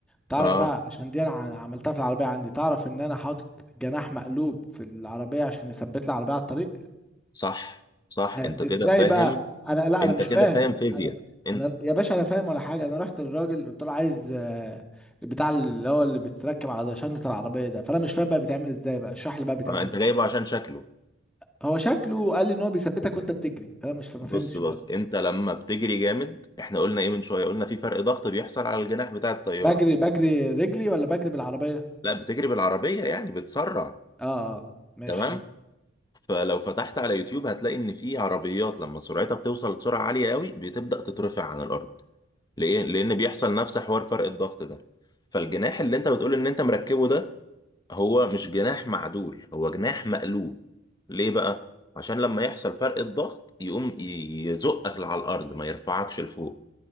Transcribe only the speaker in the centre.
تعرف
بقى عشان دي انا ع- عملتها في العربيه عندي تعرف ان انا حاطط جناح مقلوب في العربيه عشان يثبت لي العربيه على الطريق
أيوة.
ازاي
بقى انا لا انا
مش
فاهم
انا
انا يا باشا انا فاهم ولا حاجه انا رحت للراجل قلت له عايز آه، البتاع اللي هو اللي بيتركب على شنطه العربيه ده فانا مش فاهم بقى بيتعمل ازاي بقى اشرح لي بقى بيتعمل
ازاي
هو شكله قال لي ان هو بيثبتك وانت بتجري فانا مش فا- ما
فهمتش
برضه
بجري بجري رجلي ولا بجري بالعربيه
اه اه ماشي